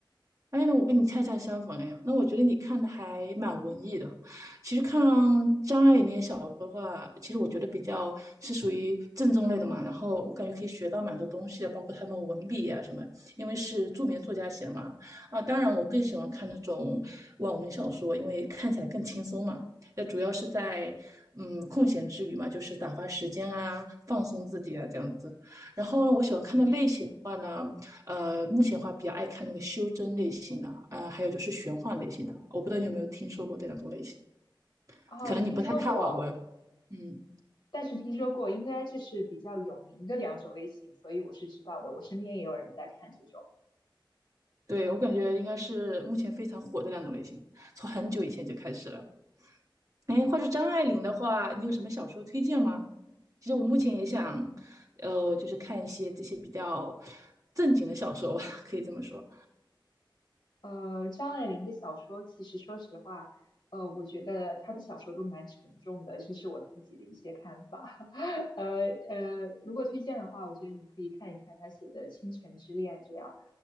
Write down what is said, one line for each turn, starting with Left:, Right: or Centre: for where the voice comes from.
Right: 哎，那我跟你恰恰相反哎，那我觉得你看的还蛮文艺的。其实看张爱玲那些小说的话，其实我觉得比较是属于正宗类的嘛。然后我感觉可以学到蛮多东西的，包括他们文笔啊什么，因为是著名的作家写的嘛。啊，当然我更喜欢看那种网文小说，
Left: 的。嗯
Right: 因为看起来更轻松嘛。那主要是在嗯空闲之余嘛，就是打发时间啊，放松自己啊这样子。然后呢，我喜欢看的类型的话呢。
Left: 嗯。
Right: 呃，目前的话比较爱看那个修真类型的，呃，还有就是玄幻类型的。我不知道你有没有听说过这两种类型，
Left: 啊，
Right: 可能你不太看网文。
Left: 听说过，
Right: 嗯，
Left: 但是听说过，应该就是比较有名的两种类型，所以我是知道的。我身边也有人在看这种。
Right: 对，我感觉应该是目前非常火的两种类型，从很久以前就开始了。哎，话说张爱玲的话，你有什么小说推荐吗？其实我目前也想，呃，就是看一些这些比较正经的小说吧，可以这么说。
Left: 呃，张爱玲的小说，其实说实话，呃，我觉得她的小说都蛮沉重的，这是我自己的一些看法。<laughs> 呃呃，如果推荐的话，我觉得你可以看一看她写的《倾城之恋》这样。